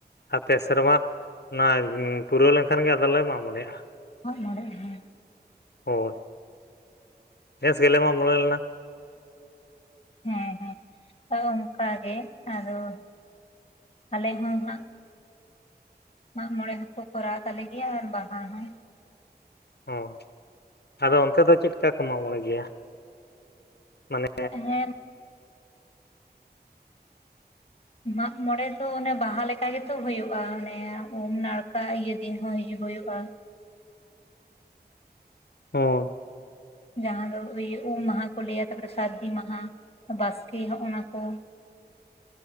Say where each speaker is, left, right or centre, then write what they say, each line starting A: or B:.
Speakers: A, on the left; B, on the left.
A: ᱟᱨ ᱯᱮ ᱥᱮᱨᱢᱟ ᱚᱱᱟ ᱯᱩᱨᱟᱹᱣ ᱞᱮᱱᱠᱷᱟᱱ ᱜᱮ ᱟᱫᱚᱞᱮ ᱢᱟᱜ ᱢᱚᱬᱮᱼᱜᱟ᱾
B: ᱢᱟᱜᱢᱚᱬᱮ ᱦᱮᱸ
A: ᱦᱳᱭ ᱱᱮᱥ ᱜᱮᱞᱮ ᱢᱟᱜᱢᱚᱬᱮ ᱞᱮᱱᱟ
B: ᱦᱮᱸ ᱦᱮᱸ ᱚᱱᱠᱟ ᱜᱮ ᱟᱫᱚ ᱟᱞᱮ ᱦᱚᱸ ᱦᱟᱸᱜ ᱢᱟᱜ ᱢᱚᱲᱮ ᱦᱚᱸᱠᱚ ᱠᱚᱨᱟᱣ ᱛᱟᱞᱮ ᱜᱮᱭᱟ ᱟᱨ ᱵᱟᱦᱟ ᱦᱚᱸ
A: ᱚ ᱟᱫᱚ ᱚᱱᱛᱮ ᱫᱚ ᱪᱮᱫ ᱞᱮᱠᱟ ᱠᱚ ᱢᱟᱜ ᱢᱚᱲᱮ ᱜᱮᱭᱟ? ᱢᱟᱱᱮ
B: ᱦᱮᱸᱻ᱾ ᱢᱟᱜ ᱢᱚᱲᱮ ᱫᱚ ᱚᱱᱮ ᱵᱟᱦᱟ ᱞᱮᱠᱟ ᱜᱮᱛᱚ ᱦᱳᱭᱳᱜᱼᱟ, ᱚᱱᱮ ᱩᱢ ᱱᱟᱲᱠᱟ ᱤᱭᱟᱹ ᱫᱤᱱ ᱦᱚᱸ ᱦᱳᱭᱳᱜᱼᱟ᱾
A: ᱚ
B: ᱡᱟᱦᱟᱸ ᱫᱚ ᱟᱹᱭᱟᱹ ᱩᱢ ᱢᱟᱦᱟ ᱠᱚ ᱞᱟᱹᱭᱟ ᱛᱟᱯᱚᱨᱮ ᱥᱟᱹᱨᱫᱤ ᱢᱟᱦᱟ ᱵᱟᱥᱠᱮ ᱦᱚᱸᱜᱼᱚ ᱱᱟ ᱠᱚ